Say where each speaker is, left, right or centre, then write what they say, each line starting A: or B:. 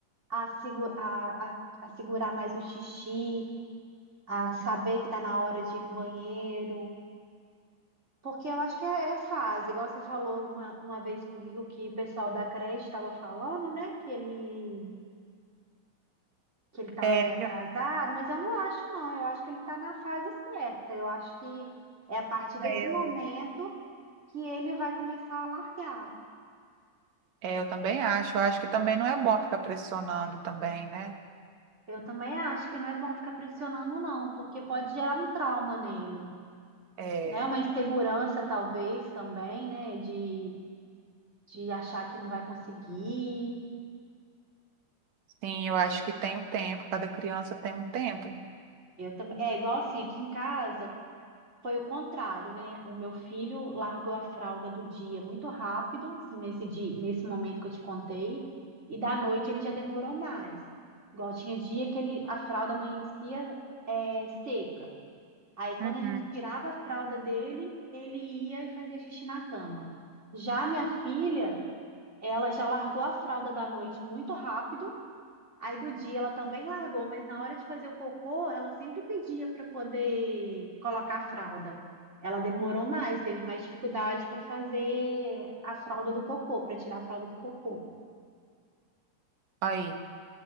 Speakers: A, on the right; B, on the right.
A: a, segu- a- a- a segurar mais o xixi, a saber
B: Hum.
A: que está na hora de ir no banheiro. Porque eu acho que é, é fase, igual você falou uma, uma vez comigo que o pessoal da creche estava falando, né? Que ele que ele estava
B: É,
A: meio atrasado,
B: eu,
A: mas eu não acho, não. Eu acho que ele está na fase certa. Eu acho que é a partir desse
B: eu-
A: momento que ele vai começar a largar.
B: é, eu também acho. Eu acho que também não é bom ficar pressionando também, né?
A: Eu também acho que não é bom ficar pressionando, não, porque pode gerar um trauma nele,
B: É,
A: né? Uma insegurança, talvez, também, né? De, de achar que não vai conseguir.
B: sim, eu acho que tem o tempo. Cada criança tem um tempo.
A: Eu também. É igual assim, aqui em casa foi o contrário, né? O meu filho largou a fralda do dia muito rápido, assim, nesse dia, nesse momento que eu te contei, e da noite ele já demorou mais. Igual tinha dia que ele, a fralda amanhecia, é, seca. Aí, quando
B: Uhum.
A: a gente tirava a fralda dele, ele ia e fazia xixi na cama. Já minha filha, ela já largou a fralda da noite muito rápido. Aí do dia ela também largou, mas na hora de fazer o cocô, ela sempre pedia para poder colocar a fralda. Ela demorou mais, teve mais dificuldade para fazer a fralda do cocô, para tirar a fralda do cocô.
B: Aí,